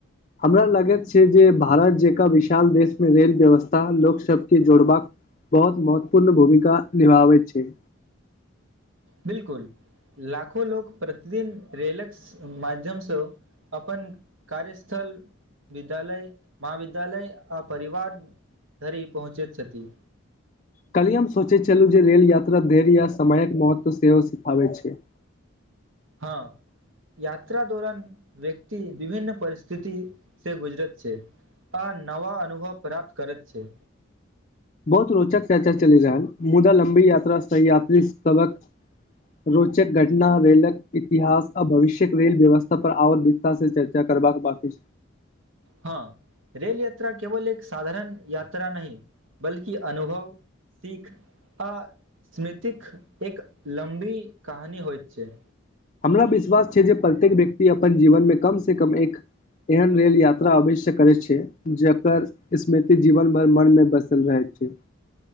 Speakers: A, on the left; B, on the right.
A: हमरा लगैत छै। जे भारत जकाँ विशाल देशमे रेल व्यवस्था लोक सबके जोड़बाक बहुत महत्वपूर्ण भूमिका निभाबै छै।
B: बिल्कुल लाखो लोक प्रतिदिन रेलक माध्यमसँ अपन कार्यस्थल विद्यालय महाविद्यालय आ परिवार धरी पहुँचैत छथि।
A: कल्हि हम सोचैत छलहुँ जे रेल यात्रा धै्य या समयक महत्व सेहो सिखाबैत छै।
B: हँ। यात्रा दौरान व्यक्ति विभिन्न परिस्थिति से गुजरत छै। आ नव अनुभव प्राप्त करैत छै।
A: बहुत रोचक चर्चा चलि रहल मुदा लम्बी यात्रा सऽ यात्री सबक रोचक घटना रेलक इतिहास आ भविष्य्यक रेल व्यवस्था पर आओर भी से चर्चा करबाक बाकि
B: हँ। रेल यात्रा केवल एक साधारण यात्रा नहि बल्कि अनुभव सीख। आ स्मृतिक एक लम्बी कहानी होइत छै।
A: हमरा विश्वास छै जे प्रत्येक व्यक्ति अपन जीवनमे कम से कम एक एहन रेल यात्रा अवश्य करै छै। जकर स्मृति जीवन भर मन मऽ बसल रहै छै।